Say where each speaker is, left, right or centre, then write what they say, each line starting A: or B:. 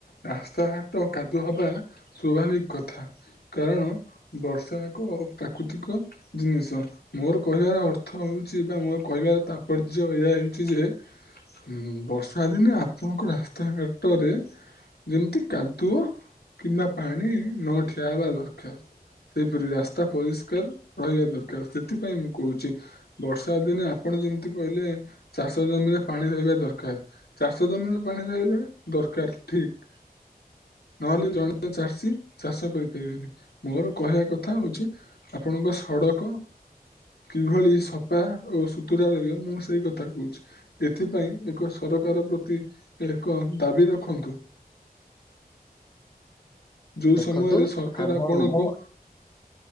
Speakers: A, on the left; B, on the left.
A: ରାସ୍ତାଘାଟ କାଦୁଅ ହବା ସ୍ୱାଭାବିକ କଥା। କାରଣ ବର୍ଷା ଏକ ପ୍ରାକୃତିକ ଜିନିଷ। ମୋର କହିବାର ଅର୍ଥ ହୋଉଚି ବା ମୋର କହିବାର ତାତ୍ପର୍ଯ୍ୟ ଏହା ହେଉଚି ଯେ ହୁଁ ବର୍ଷା ଦିନେ ଆପଣଙ୍କ ରାସ୍ତାଘାଟରେ ଯେମିତି କାଦୁଅ କିମ୍ବା ପାଣି ନଠିଆ ହେବା ଦରକାର। ସେହିପରି ରାସ୍ତା ପରିଷ୍କାର ରହିବା ଦରକାର ସେଥିପାଇଁ ମୁଁ କୋଉଚି। ବର୍ଷା ଦିନେ ଆପଣ ଯେମିତି କହିଲେ ଚାଷ ଜମିରେ ପାଣି ରହିବା ଦରକାର ଚାଷ ଜମିରେ ପାଣି ରହିବା ଦରକାର ଠିକ୍। ନହେଲେ ଜଣେ ଚାଷୀ ଚାଷ କରିପାରିବେନି ମୋର କହିବା କଥା ହୋଉଚି ଆପଣଙ୍କ ସଡ଼କ। କିଭଳି ସଫା ଓ ସୁତୁରା ରହିବ ମୁଁ ସେଇ କଥା କୋଉଚି। ଏଥିପାଇଁ ଏକ ସରକାର ପ୍ରତି ଏକ ଦାବି ରଖନ୍ତୁ। ଯୋଉ
B: ଦେଖନ୍ତୁ
A: ସମୟରେ ସରକାର
B: ଆମ
A: ଆପଣଙ୍କୁ
B: ମୁଁ